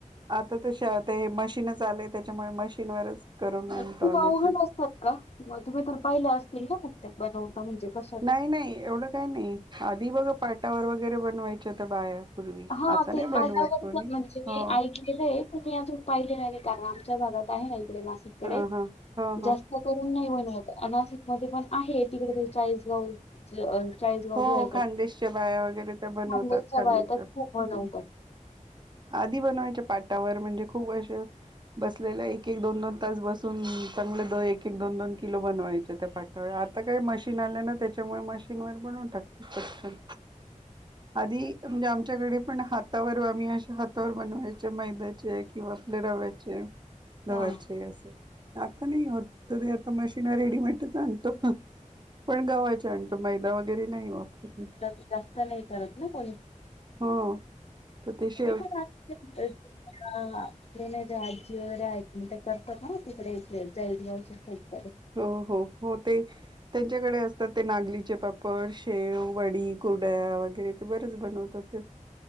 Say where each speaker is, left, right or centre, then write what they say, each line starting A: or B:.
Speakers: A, on the right (about 35°); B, on the left (about 50°).
A: आता त ते मशीनच आलेय त्याच्यामुळे मशीनवरच करून आणतो
B: तू
A: आम्ही
B: अवघड
A: पण
B: असतात का मग तुम्ही तर पाहिल्या असतील ना मग ते बनवता म्हणजे क
A: नाही नाही एवढं काही नाही आधी बघं पाटावर वगैरे बनवायचं होत बाया पूर्वी
B: हा
A: आता
B: ते
A: नाही
B: पा
A: बनवत
B: व
A: कोणी
B: म्हणजे मी
A: हो
B: गलंय तुम्ही अजून पाहिलेलं नाही कारण आमच्या भागात आहे ना इकडे मासिककडे
A: ह ह ह
B: जास्त
A: ह
B: करून नाही बनवत नाशिक मध्ये पण आहे तिकडे ते चाळीसगाव चाळीसगाव
A: हो
B: धकड
A: खानदेशच्या बाया वगैरे त्या बनवतात
B: मुच्या
A: खानदेशच्या
B: व
A: हम्म
B: हो ना का
A: आधी बनवायच्या पाटावर म्हणजे खूप असे बसलेला एक एक दोन दोन तास बसून चांगलं द एक एक दोन दोन किलो बनवायचे त्या पाठवळ आत आता काही मशीन आल्या ना त्याच्यामुळे मशीनवर बनवून टाकत पन आधी म्हणजे आमच्याकडे पण हातावर आम्ही अ हातावर बनवायच्या मैद्याचे किंवा आपल्या रव्याचे
B: हां.
A: धव्याचे असं आता नाही होत त ते आता मशीिन रेडीमेटच आणतो पण गावाच्या आणतो मैदा वगैरे नाही वापरत
B: जास्त नाही करत ना कोणी.
A: हो तर ते श
B: ह हा त जे आजी वगैरे आहेत म ते करत का ना तिकडे इथ जैज भा साबकडे
A: हो हो हो ते त्यांच्याकडे असतात ते नागलीचे पाप्पा पड शेव वडी कोुड्या वगैरे ते बरेच बनवतात ते